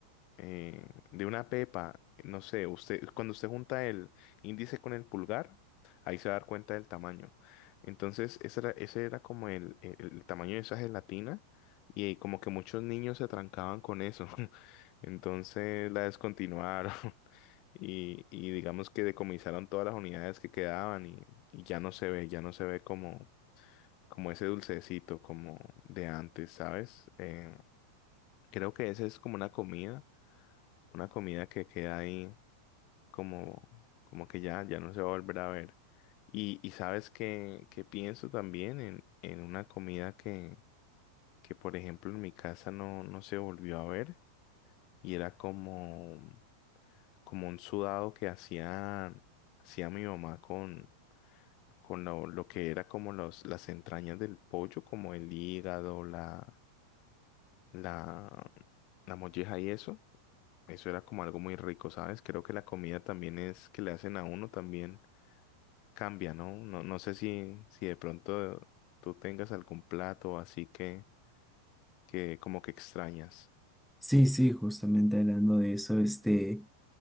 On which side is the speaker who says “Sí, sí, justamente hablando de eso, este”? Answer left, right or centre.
Centre